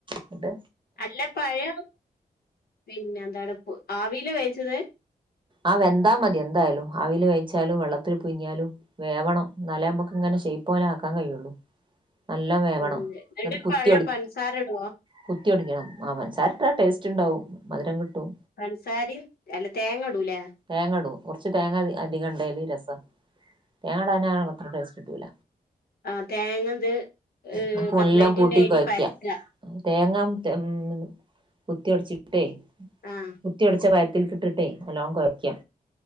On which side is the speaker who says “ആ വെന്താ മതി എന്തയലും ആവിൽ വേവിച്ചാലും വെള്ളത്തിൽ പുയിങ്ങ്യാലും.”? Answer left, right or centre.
Right